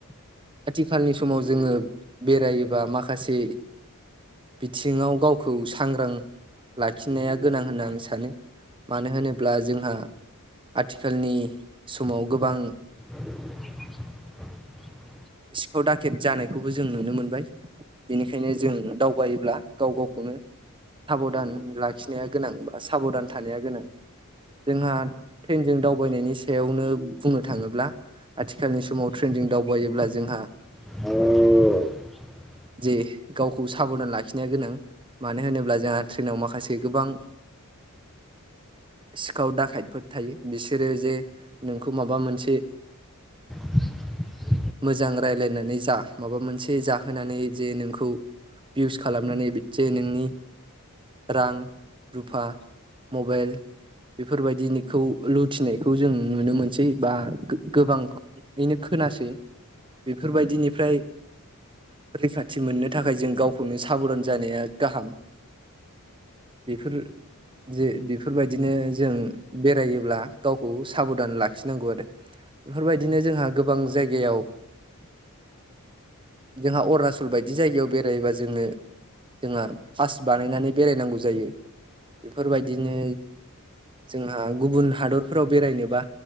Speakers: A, on the right; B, in the centre.
A: आथिखालनि समाव जोङो बेरायोबा माखासे बिथिङाव गावखौ सांग्रां लाखिनाया गोनां होनना आं सानो मानो होनोब्ला जोंहा आथिखालनि समाव गोबां
B: <inaudible>
A: सिखाव दाखेद जानायखौबो जों नुनो मोनबाय बेनिखायनो जों दावबायोब्ला गाव गावखौनो साबधान लाखिनाया गोनां बा साबधान थानाया गोनां जोंहा ट्रेनजों दावबायनायनि सायावनो बुंनो थाङोब्ला आथिखालनि समाव ट्रेनजों दावबायोब्ला जोंहा
B: <inaudible>
A: जे गावखौ साबधान लाखिनाया गोनां मानो होनोब्ला जोंहा ट्रेनाव माखासे गोबां सिखाव दाखायदफोर थायो बिसोरो जे नोंखौ माबा मोनसे
B: <inaudible>
A: मोजां रायलायनानै जा माबा मोनसे जाहोनानै जे नोंखौ बिउस खालामनानै बिसे नोंनि रां रुफा मबाइल बेफोर बायदिखौ लुथिनायखौ जों नुनो मोनसै बा गोबां नो खोनासै बेफोरबायदिनिफ्राय रैखाथि मोननो थाखाय जों गाव खौनो साबधान जानाया गाहाम बेफोर जे बेफोरबायदिनो जों बेरायोब्ला गावखौ साबधान लाखिनांगौ आरो बेफोर बायदिनो जोंहा गोबां जायगायाव जोंहा अरुणाचल बायदि जायगायाव बेरायबा जोंनो जोंहा पास बानायनानै बेरायनांगौ जायो बेफोर बायदिनो जोंहा गुबुन हादरफोराव बेरायनोबा